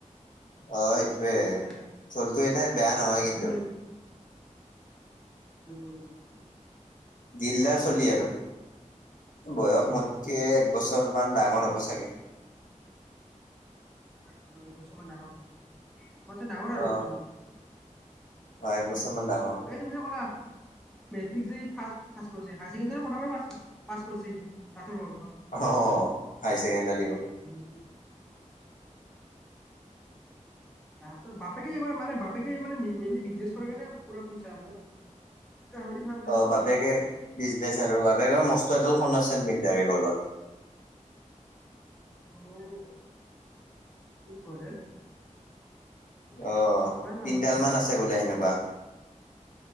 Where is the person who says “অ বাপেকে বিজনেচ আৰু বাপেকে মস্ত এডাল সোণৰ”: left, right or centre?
Left